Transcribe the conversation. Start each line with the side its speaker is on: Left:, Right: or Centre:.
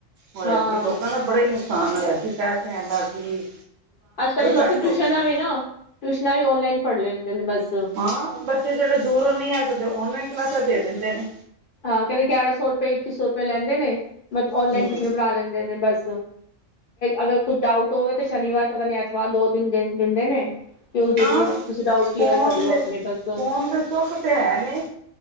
Right: ਹੋਇਆ
Left: ਹਾਂ
Right: ਸੀ ਲੋਕਾਂ ਦਾ ਬੜਾ ਹੀ ਨੁਕਸਾਨ ਹੋਇਆ ਸੀ ਸ਼ਹਿਦ ਕਹਿੰਦਾ ਸੀ।
Left: ਅੱਜ-ਕੱਲ੍ਹ ਤਾਂ ਲੋਕ
Right: ਘੱਟ
Left: ਟਿਊਸ਼ਨਾਂ
Right: ਹੋ ਗਈ ਸੀ।
Left: ਵੀ ਨਾਂ ਟਿਊਸ਼ਨਾਂ ਵੀ ਔਨਲਾਈਨ ਪੜ੍ਹ ਲੈਂਦੇ ਨੇਂ ਬਸ
Right: ਹਾਂ ਬੱਚੇ ਜਿਹੜੇ ਦੂਰੋਂ ਨਈਂ ਆ ਸਕਦੇ, ਔਨਲਾਈਨ ਕਲਾਸਾਂ ਦੇ ਦਿੰਦੇ ਨੇ।
Left: ਹਾਂ ਕਹਿੰਦੇ ਗਿਆਰਾਂ ਸੌ ਰੁਪਏ, ਇੱਕੀ ਸੌ ਰੁਪਏ ਲੈਂਦੇ ਨੇ ਬਸ ਔਨਲਾਈਨ
Right: ਹੂੰ
Left: ਟਿਸ਼ਨ ਪੜ੍ਹਾ ਲੈਂਦੇ ਨੇ ਬਸ ਅਗਰ ਕੁਛ ਡਾਊਟ ਹੋਵੇ ਤੇ ਸ਼ਨੀਵਾਰ ਪਤਾ ਨੀਂ ਐਤਵਾਰ ਦੋ ਦਿਨ ਦਿੰਦੇ ਨੇ। ਕਿ ਉਹਦੇ
Right: ਹਾਂ
Left: ਚ ਤੁਸੀਂ ਡਾਊਟ ਕਲੀਅਰ
Right: ਫੋਨ
Left: ਕਰ ਲੋ
Right: ਦੇ
Left: ਆਪਣੇ ਬਸ ਹਾਂ
Right: ਫੋਨ ਦੇ ਸੁੱਖ ਤੇ ਹੈ ਨੇ